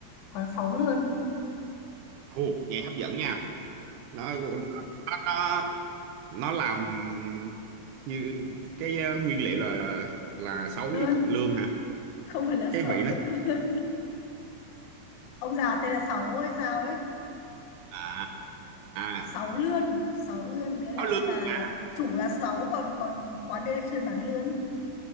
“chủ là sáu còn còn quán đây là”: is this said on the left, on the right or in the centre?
Left